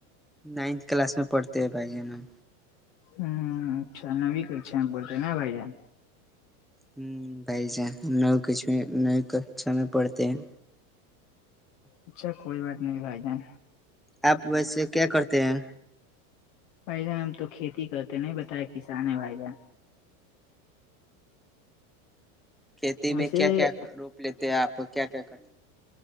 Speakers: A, in the centre; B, on the left.
A: نائنتھ کلاس میں پڑھتے ہیں بھائی جان ہم
B: ہوں اچھا نو کچھا میں بولتے ہیں نا بھائی جان
A: ہ بھائی ج کچ کچ سم پڑتے ہیں
B: اچھا کوئی بات نہیں بھائی جان
A: آپ ویسے کیا کرتے ہیں
B: بھائی جان ہم تو کھیتی کرتے ہیں نہیں بتایا کسان ہے بھائی جان
A: کھیتی
B: ویسے
A: میں کیا کیا روپ لیتے ہیں آپ کیا کیا کرتے